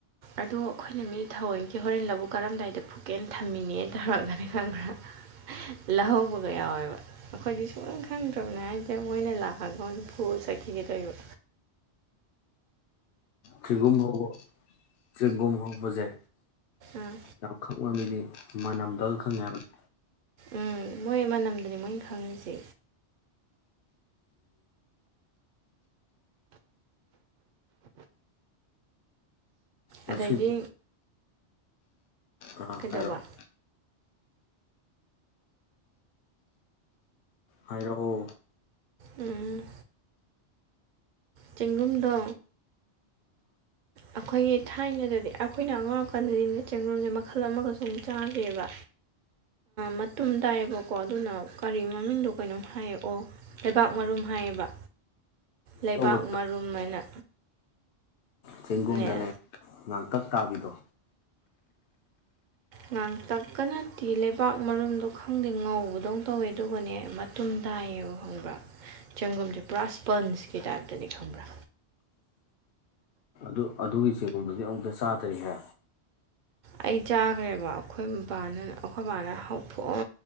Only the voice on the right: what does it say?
ꯑꯗꯣ ꯑꯩꯈꯣꯏꯅ ꯃꯤ ꯊꯑꯣꯏꯒꯤ ꯍꯣꯔꯦꯟ ꯂꯕꯨ ꯀꯔꯝꯗꯥꯏꯗ ꯐꯨꯀꯦꯅ ꯊꯝꯃꯤꯅꯦꯅ ꯇꯧꯔꯛꯒꯅꯤ ꯈꯪꯕ꯭ꯔꯥ ꯂꯧꯍꯧꯕꯒ ꯌꯥꯎꯋꯦꯕ ꯑꯩꯈꯣꯏꯗꯤ ꯁꯨꯡ ꯈꯪꯗ꯭ꯔꯕꯅꯤ ꯍꯥꯏꯗꯤꯦ ꯃꯣꯏꯅ ꯂꯥꯛꯑꯒ ꯐꯨ ꯆꯠꯈꯤꯒꯦꯗꯣꯏꯕ
ꯑꯥ
ꯎꯝ ꯃꯣꯏ ꯃꯅꯝꯗꯨꯅꯤ ꯃꯣꯏ ꯈꯪꯉꯤꯁꯦ
ꯑꯗꯩꯗꯤ
ꯀꯣꯏꯗꯕꯥ
ꯎꯝ ꯆꯦꯡꯒꯨꯝꯗ ꯑꯩꯈꯣꯏꯒꯤ ꯊꯥꯏꯅꯗꯗꯤ ꯑꯩꯈꯣꯏꯅ ꯑꯉꯥꯡꯀꯥꯟꯗꯗꯤ ꯆꯦꯡꯡꯂꯨꯝꯁꯦ ꯃꯈꯜ ꯑꯃꯒ ꯁꯨꯝ ꯆꯥꯒꯦꯕ ꯃꯇꯨꯝ ꯇꯥꯏꯌꯦꯕꯀꯣ ꯑꯗꯨꯅ ꯀꯔꯤ ꯃꯃꯤꯡꯗꯣ ꯀꯩꯅꯣꯝ ꯍꯥꯏꯑꯣ ꯂꯩꯕꯥꯛ ꯃꯔꯨꯝ ꯍꯥꯏꯌꯦꯕ ꯂꯩꯕꯥꯛ
ꯃꯔꯨꯝ ꯍꯥꯏꯅ
ꯑ
ꯉꯥꯡꯇꯛꯀꯅꯗꯤ ꯂꯩꯕꯥꯛ ꯃꯔꯨꯝꯗꯣ ꯈꯪꯗꯦ ꯉꯧꯕꯗꯧ ꯇꯧꯋꯦ ꯑꯗꯨꯒꯅꯦ ꯃꯇꯨꯝ ꯇꯥꯏꯌꯦꯕ ꯈꯪꯕ꯭ꯔꯥ ꯆꯦꯡꯒꯨꯝꯁꯦ ꯄꯨꯔꯥ ꯏꯁꯄꯟꯁꯀꯤ ꯇꯥꯏꯞꯇꯅꯤ ꯈꯪꯕ꯭ꯔꯥ
ꯑꯩ ꯆꯥꯈ꯭ꯔꯦꯕ ꯑꯩꯈꯣꯏ ꯕꯥꯅ ꯑꯩꯈꯣꯏ ꯕꯥꯅꯊꯑ